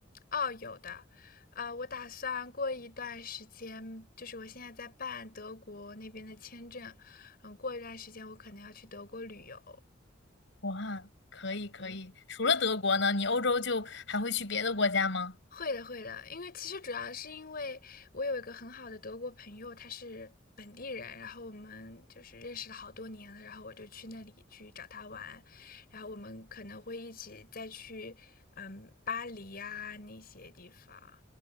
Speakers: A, on the left; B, on the left.
A: 哦，有的，呃，我打算过一段时间，就是我现在在办德国那边的签证，嗯，过一段时间我可能要去德国旅游，
B: 哇，可以可以。
A: 嗯，
B: 除了德国呢，你欧洲就还会去别的国家吗？
A: 会的，会的，因为其实主要是因为我有一个很好的德国朋友，他是本地人，然后我们就是认识了好多年了，然后我就去那里去找他玩，然后我们可能会一起再去，嗯，巴黎呀、那些地方，